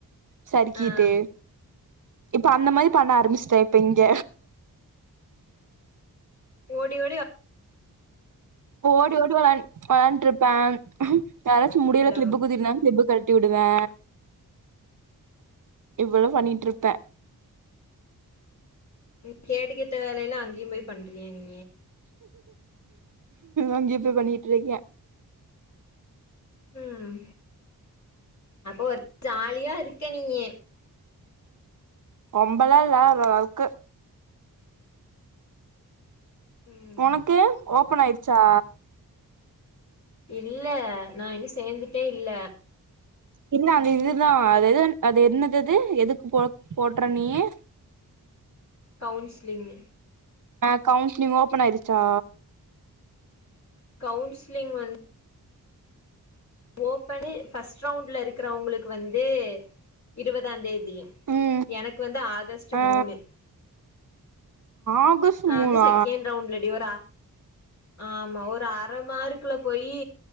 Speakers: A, on the right; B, on the left.
A: சருக்கீட்டு
B: ஆ
A: இப்ப அந்த மாரி பண்ண ஆரம்பிச்சிட்டே இப்ப இங்க
B: ஓடி ஓடி
A: ஓடி ஓடி வெளாண் வெளாண்ட்ருப்பே யாராச்சு முடியில
B: ஹலோ
A: கிளிப்பு குத்திருந்தா கிளிப்பு கள ட்டி விடுவே இப்டி தா பண்ணிட்டு இருப்பே
B: நீ கேடுகெட்ட வேலையல்லா அங்கயும் போய் பண்றியா நீ
A: அங்க இப்ப பண்ணிட்டு இருக்கே
B: ம் அப்போ ஒரு ஜாலியா இருக்க நீயு
A: ரொம்பல்லா இல்ல ஒரு அளவுக்கு
B: ம்
A: ஒனக்கு ஓபன் ஆயிடுச்சா
B: இல்ல நா இங்க சேந்துட்டே இல்ல
A: என்ன அந்த இதுதா அது எது அது என்னது அது எதுக் போ போட்ற நீயு
B: கவுன்சிலிங்
A: ஆ கவுன்சிலிங் ஓப்பன் ஆயிருச்சா
B: கவுன்சிலிங் வந் ஓப்பனு ஃபஸ்ட் ரவுண்ட்ல இருக்குறவங்களுக்கு வந்து இருவதாந்தே தி
A: ம்
B: எனக்கு வந்து ஆகஸ்ட்டு
A: ஆ
B: மூணு
A: ஆகஸ்ட்
B: நா
A: மூணா
B: வந்து செகண்ட் ரவுண்ட்ல டிவர ஆமா ஒரு அர மார்க்குல போயி